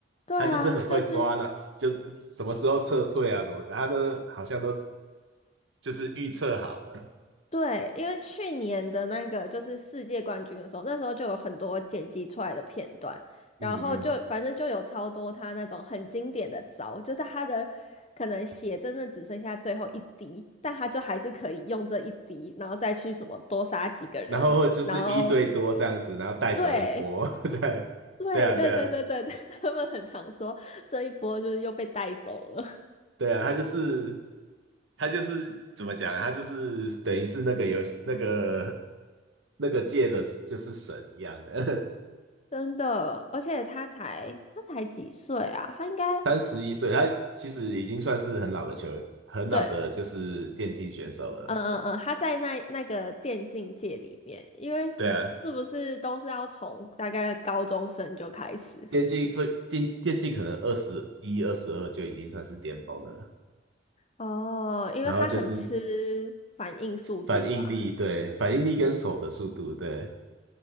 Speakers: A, on the left (about 35°); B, on the right (about 75°).
A: 对啊，
B: 他就是很会抓那，
A: 就是。
B: 就是什么时候撤退啊什么的，他都好像都就是预测好了。
A: 对，因为去年的那个就是世界冠军的时候，那时候就有很多剪辑出来的片段，然后就反正就有超多他那种很经典的招，
B: 嗯嗯
A: 就是他的可能血真的只剩下最后一滴，但他就还是可以用这一滴，然后再去什么多杀几个人，
B: 然后就是一对多这样子，
A: 然后
B: 然后带走一波，
A: 对
B: <laughs> 对，
A: 对对对对对，
B: 对啊，对啊，
A: <laughs> 他们很常说这一波就是又被带走了，
B: 对啊，他就是他就是怎么讲啊？他就是等于是那个游戏那个那个界的，就是神一样的，
A: <laughs> 真的，而且他才他才几岁啊，他应该
B: <laughs> 三十一岁，他其实已经算是很老的球，很老的就是电竞选手了。
A: 对。嗯嗯嗯，他在那那个电竞界里面，因为是不是都是要从大概高中生就开始？
B: 对啊，电竞所以电电竞可能二十一、二十二就已经算是巅峰了，
A: 哦，因为他很吃反应速度啊，
B: 然后就是反应力，对，反应力跟手的速度，
A: 嗯，
B: 对。